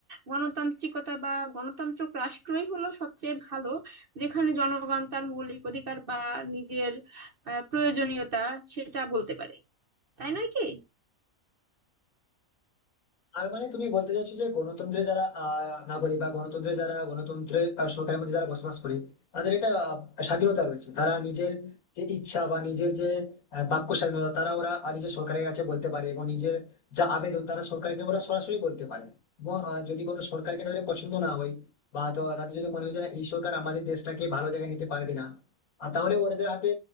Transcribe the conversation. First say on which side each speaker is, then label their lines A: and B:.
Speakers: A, on the right; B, on the left.
A: গণতান্ত্রিকতা বা গণতান্ত্রিক রাষ্ট্রই হলো সবচেয়ে ভালো যেখানে জনগণ তার মৌলিক অধিকার বা নিজের আহ, প্রয়োজনীয়তা সেটা বলতে পারে তাই নয় কি
B: আর মানে তুমি বলতে চাইছো যে গণতন্ত্রে যারা আহ, নাগরিক বা গণতন্ত্রে যারা গণতন্ত্রে আহ, সরকারের মধ্যে যারা বসবাস করে তাদের একটা আহ, স্বাধীনতা রয়েছে তারা নিজের যে ইচ্ছা বা নিজের যে আহ, বাক্য স্বাধীনতা তারা ওরা আহ, নিজের সরকারের কাছে বলতে পারে এবং নিজের যা আবেদন তারা সরকারকে ওরা সরাসরি বলতে পারে এবং আহ, যদি কোনো সরকারকে তাদের পছন্দ না হয় বা তো তাদের যদি মনে হয় যে না, এই সরকার আমাদের দেশটাকে ভালো জায়গায় নিতে পারবে না আর তাহলে ওদের হাতে